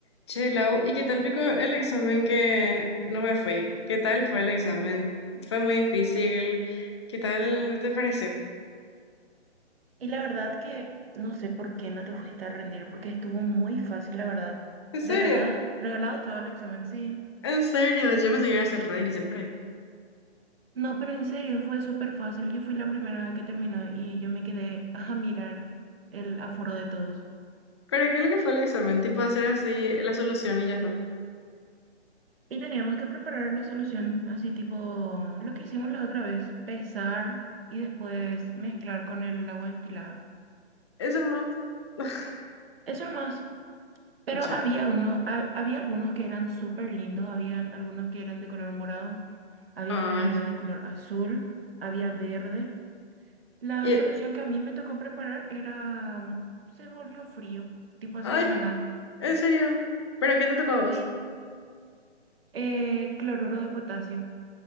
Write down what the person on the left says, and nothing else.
Che, Lau, ¿y qué tal pico el examen que no me fui? ¿Qué tal fue el examen? ¿Fue muy difícil? ¿Qué tal te pareció?
¿En serio?
¿En serio? Yo pensé que iba a ser re difícil por ahí.
¿Pero qué es lo que fue el examen? Tipo hacer así la solución y ya está.
Eso nomás. <laughs>
Y Chao.
Ay.
Y-
ay,
¿en serio? ¿Pero qué te tocó a vos?